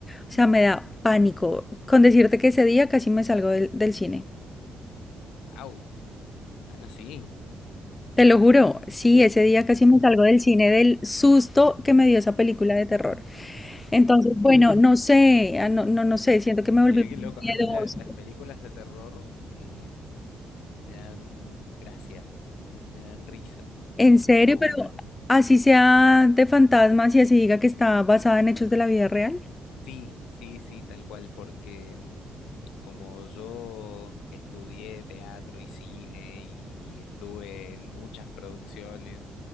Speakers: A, on the left; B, on the left.
A: O sea, me da pánico. Con decirte que ese día casi me salgo del, del cine.
B: Wow, tan así.
A: Te lo juro, sí, ese día casi me salgo del cine del susto que me dio esa película de terror. Entonces, bueno, no sé, ah, no, no, no sé, siento que me volví
B: Mirá
A: muy
B: qué loco.
A: miedosa.
B: A mí la- las películas de terror eh, me dan gracia, me, me dan risa.
A: En serio,
B: Como,
A: pero así sea de fantasmas y así diga que está basada en hechos de la vida real.
B: sí, sí, sí, tal cual, porque mm, como yo estudié teatro y cine y, y estuve en muchas producciones